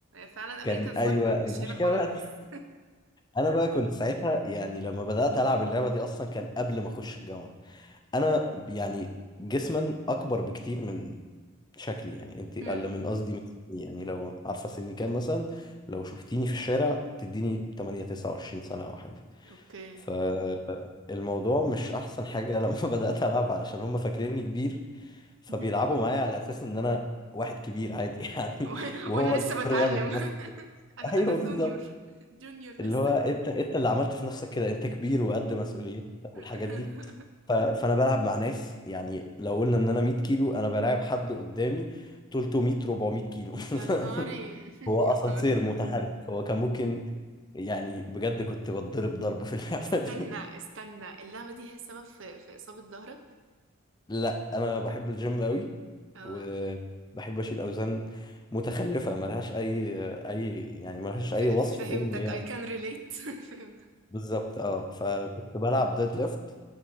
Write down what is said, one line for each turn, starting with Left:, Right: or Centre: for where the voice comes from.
Right: فعلا امريكان
Left: كان
Right: فوتبول
Left: ايوه
Right: مش
Left: المشكله
Right: هنا خالص
Left: بقى انا بقى كنت ساعتها يعني لما بدات العب اللعبه دي اصلا كان قبل ما اخش الجامعه انا يعني جسما اكبر بكتير من شكلي يعني
Right: <laughs>
Left: انت اقل
Right: امم
Left: من قصدي من سني يعني لو عارفه سني كام مثلا لو شفتيني في الشارع تديني 8 29 سنه او حاجه
Right: اوكي
Left: فالموضوع مش احسن حاجه لما <laughs> بدات العب علشان هم فاكريني كبير فبيلعبوا
Right: <laughs>
Left: معايا على اساس ان انا واحد كبير عادي <laughs> يعني
Right: <laughs>
Left: وهو
Right: وانا
Left: اللي
Right: لسه بتعلم
Left: اضطر يعمل في
Right: <laughs>
Left: نفسه.
Right: انا انا
Left: ايوه
Right: سونيور
Left: بالظبط
Right: جونيور لسه
Left: اللي هو انت انت اللي عملت في نفسك كده انت كبير وقد مسؤوليتك
Right: <laughs>
Left: والحاجات دي ف... فانا بلعب مع ناس يعني لو قلنا ان انا 100 كيلو انا بلاعب حد قدامي 300 400 كيلو
Right: يا نهاري
Left: <laughs>
Right: <laughs>
Left: هو
Right: يا
Left: اسانسير
Right: نهاري
Left: متحرك هو كان ممكن يعني بجد كنت بتضرب ضرب في اللعبة
Right: استنى
Left: دي
Right: استنى اللعبة دي هي السبب في في إصابة ظهرك
Left: <laughs> لا انا بحب الجيم قوي
Right: اه
Left: وبحب اشيل اوزان متخلفة ملهاش اي اي يعني ملهاش
Right: ف-
Left: اي وصف
Right: فهمتك
Left: غير ان هي
Right: I can relate <laughs> فهمت
Left: بالظبط اه فكنت بلعب ديد ليفت